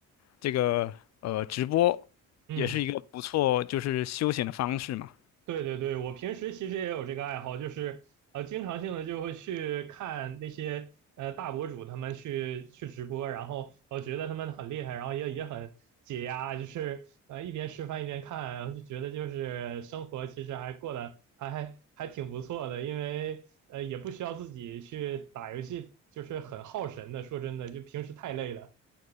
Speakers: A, on the left (about 60°); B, on the right (about 75°).
A: 这个呃直播也是一个不错，
B: 嗯，
A: 就是休闲的方式嘛。
B: 对对对，我平时其实也有这个爱好，就是呃，经常性的就会去看那些呃大博主他们去去直播，然后我觉得他们很厉害，然后也也很解压，就是呃一边吃饭一边看，然后就觉得就是生活其实还过得还还还挺不错的，因为呃也不需要自己去打游戏，就是很耗神的。说真的，就平时太累了。